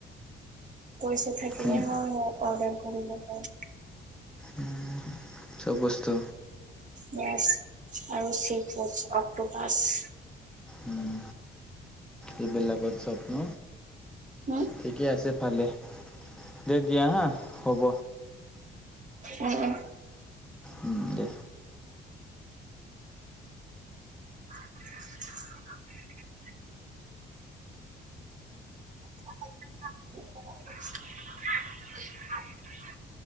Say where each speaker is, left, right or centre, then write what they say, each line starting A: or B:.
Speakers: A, on the right; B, in the centre.
A: পইচা থাকিলে
B: উম,
A: মই, অৰ্ডাৰ কৰিব পাৰোঁ।
B: উম' চব বস্তু
A: ইয়েছ, আৰু চিফুড, অক্টোপাছ। <inaudible>
B: উম, এইবিলাকত চব ন
A: উম
B: ঠিকে আছে পালে, দে দিয়া হা হ'ব।
A: উম'
B: উম' দে।
A: <inaudible> <inaudible>